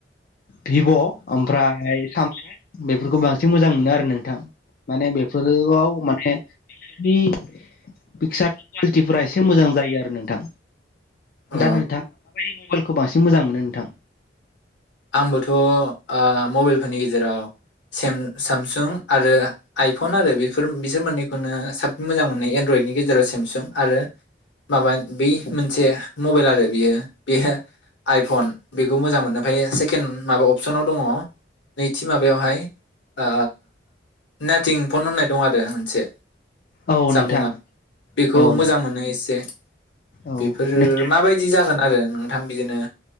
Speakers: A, on the left (about 50°); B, on the left (about 85°).
A: भिभ' ओमफ्राय सामसुं बेफोरखौ बांसिन मोजां मोनो आरो नोंथां माने बेफोर ओआव माने बिसिनि पिक्सार कुवालिटिफ्रा एसे मोजां जायो आरो नों थां
B: अ
A: दा नोंथां माबायदि मबाइलखौ बांसिन मोजां मोनो नोंथां
B: आंबोथ' आ मबाइलफोरनि गेजेराव सेम सामसुं आरो आइफन आरो बेफोर बिसोर मोननैखौनो साबसिन मोजां मोनो एनड्रइडनि गेजेराव सेमसुं आरो माबा बै मोनसे मबाइल आरो बियो बे आइफन बेखौ मोजां मोनो। ओमफ्राय सेकेणड माबा अपसनाव दङ नैथि माबायावहाय ओ नाथिं फन होननाय दं आरो मोनसे
A: औ
B: जामबुङा
A: नोंथां
B: बेखौ
A: औ नों
B: मोजां मोनो एसे
A: औ
B: बेफोर
A: नोंथां
B: माबायदि जागोन आरो नोंथां बिदिनो